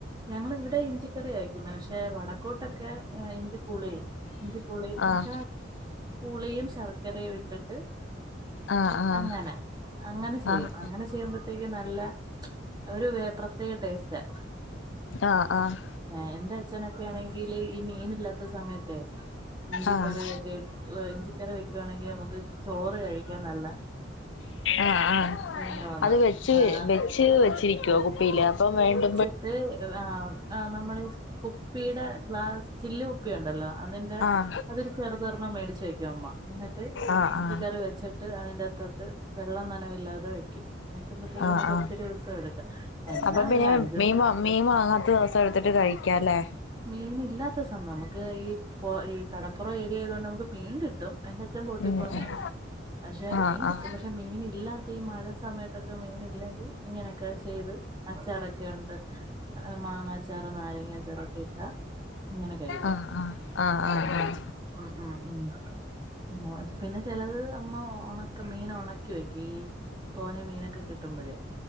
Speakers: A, on the right; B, on the left.
A: ഞങ്ങിവിടെ ഇഞ്ചിക്കറിയാ വെയ്ക്കുന്നെ പക്ഷെ വടക്കോട്ടൊക്കെ ഇഞ്ചി പുളി ഇഞ്ചിപുളി
B: ആഹ്
A: എന്ന്ചാ പുളിയും ശർക്കരയും ഇട്ടിട്ട്
B: ആഹ് ആഹ്
A: അങ്ങനെ അങ്ങനെ ചെയ്യും,
B: ആഹ്
A: അങ്ങനെ ചെയ്യുമ്പഴ്ത്തേക്കും നല്ല ഒരു വെ പ്രത്യേക ടേസ്റ്റാ
B: ആഹ് ആഹ്
A: ഏഹ് എന്റ ച്ഛനൊക്കെ ആണെങ്കില് ഈ മീനില്ലാത്ത സമയത്തെ ഇഞ്ചിക്കറിയൊക്കെ
B: ആഹ്
A: ഇഞ്ചിക്കറി വെക്കുവാണെങ്കിൽ നമുക്ക് ചോറ് കഴിക്കാൻ നല്ല
B: ആഹ് ആഹ്
A: എന്തോന്ന
B: അത് വെച്ച്
A: ആ
B: വെ ച്ച് വെച്ചിരിക്കുവോ കുപ്പിയില് അപ്പം വേണ്ട
A: ച്ചിട്ട് ആഹ് ആഹ് നമ്മള് കുപ്പിടെ ഗ്ലാസ് ചില്ല് കുപ്പിയുണ്ടല്ലോ അതിന്റെ
B: ആഹ്
A: അതൊരു ചെറുതൊരെണ്ണം മേടിച്ച് വയ്ക്കും അമ്മ എന്നിട്ട്
B: ആഹ്
A: ഇഞ്ചിക്കറി
B: ആഹ്
A: വെച്ചിട്ട് അതിന്റത്തോട്ട് വെള്ളം നനവില്ലാതെ വെക്കും വക്കുമ്പത്തേക്കും
B: ആഹ്
A: നമുക്ക്
B: ആഹ്
A: ഒത്തിരി ദിവസൊ എടുക്കാം എന്നാ
B: അപ്പൊ പിന്നെ
A: ഒരു അഞ്ചു ദിവസം
B: മീൻ വാങ്‌ മീൻ വാങ്ങാത്ത ദിവസം എടുത്തിട്ട് കഴിക്കാല്ലേ
A: മീനില്ലാത്തസം നമുക്ക് ഈ പൊ ഈ കടപ് പ്പൊറം ഏരിയായതുകൊണ്ട് നമുക്ക് മീൻ കിട്ടും, എൻ്റെച്ചൻ ബോട്ടി
B: ഉം
A: പോകുന്നേയാ,
B: ഉം
A: പക്ഷെ
B: ആഹ്
A: മീൻ
B: ആഹ്
A: കിട്ടും പക്ഷെ മീനല്ലാത്ത ഈ മഴ സമയത്തൊക്കെ മീനില്ലെങ്കി ഇങ്ങനൊക്കെ ചെയ്ത് ച്ചാറൊക്കെ ഉണ്ട് മാങ്ങാച്ചാറ് നാരങ്ങാച്ചാറൊക്കെ ക്കെ ഇട്ടാ ഇങ്ങനെ കഴിക്കാം
B: ആഹ് ആഹ് ആഹ് ആഹ് ആഹ്
A: മ് മ് മ് ഉം പിന്നെ ചെലത് അമ്മ ഒണക്കും മീനൊണക്കി വെക്കും ഈ തോനെ മീനൊക്കെ കിട്ടുമ്പഴേ